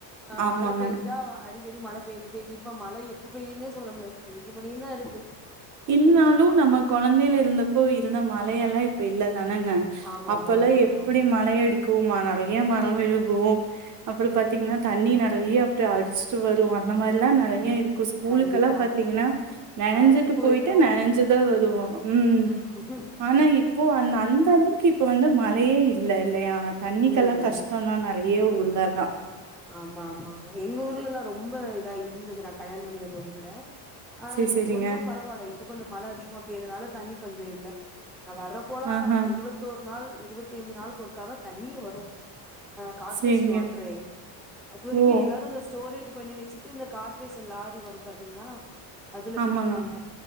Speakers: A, in the centre; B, on the right (about 45°).
A: ஆஹ்
B: ஆமாங்க
A: மழ பெஞ்சா அடிக்கடி மழை பேண்ஜிட்டே <unintelligible> இப்ப மழை எப்ப பெய்யும்னே சொல்ல முடியாது <unintelligible> அடிக்கடி
B: இந்தாலும் நம்ம கொழந்தையா இருந்தப்போ இருந்த மலையெல்லா இப்போ இல்ல தானங்க
A: ஆமா
B: அப்பெல்லாம்
A: ஆமா உண்மதா
B: எப்டி மழை அடிக்கும் மா நறையா
A: ம்
B: மரம் விழுகும் அப்புறம்
A: ம்
B: பாதிங்கனா தண்ணி நரையா அப்டியே அடிச்சிட்டு வரும் அந்த மாறிலாம் நறையா இருக்கும் ஸ்கூல்க்குளாம்
A: கண்டிப்பா
B: பாதிங்கனா நனன்ஜிட்டு
A: கரண்ட் போயிடு
B: நனஞ்சுதான்
A: ம்
B: வருவோம் உம்
A: ம்
B: ஆனா இப்போ ஓ அந்த அந்த அளவுக்கு இப்ப வந்து மழையே இல்ல இல்லையா தண்ணிக்கெல்லாம்
A: இல்ல இல்ல
B: கஷ்டம் தான் நெறைய ஊர்லலாம்
A: ம்ம் ஆமாமா மா எங்க ஊர்ல்லாம் ரொம்ப ரொம்ப இதா இருந்தது நான் கல்யாணம் பண்ணி வந்த ஊர்ல ஆஹ்
B: செரி
A: இப்ப
B: செரிங்க
A: கொஞ்சம் பரவாயில்ல இப்ப கொஞ்சம் மழ அதிகமாபெயிறனால தண்ணி பஞ்சம் இல்ல நா வர்றப்போலாம்
B: ஆஹா
A: இருபத்தோரு நாள் இருவத்தி ஐந்து நாள் ஒருக்கா தண்ணியே வரும் ஹ கார்பரேஷன்
B: செரிங்க
A: வாட்ரே அது வரைக்கும்
B: ஓ
A: எல்லாரும் இந்த ஸ்டோரேஜ் பண்ணி வச்சுட்டு இந்த கார்பரேஷன் லாரி வரும் பாதிங்னா அதுல
B: ஆமாங்க
A: பிடிப்பாங்க